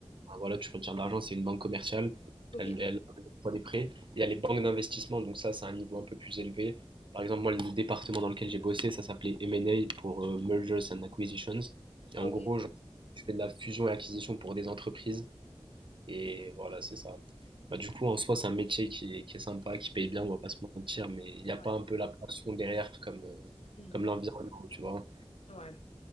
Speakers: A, on the right; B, on the left.
A: enfin, voilà, tu retires de l'argent, c'est une banque commerciale.
B: Ok,
A: Elle, elle octroie des prêts. Il y a les banques d'investissement, donc ça, c'est un niveau un peu plus élevé. Par exemple, moi, le département dans lequel j'ai bossé, ça s'appelait M&A pour euh, Mergers and Acquisitions. Et
B: ok.
A: en gros, genre, tu fais de la fusion et acquisition pour des entreprises. Et voilà, c'est ça. Bah, du coup, en soi, c'est un métier qui est, qui est sympa, qui paye bien, on va pas se mentir, mais il n'y a
B: Ouais.
A: pas un peu la passion derrière comme, euh,
B: Mhm.
A: comme l'environnement, tu vois.
B: Ouais.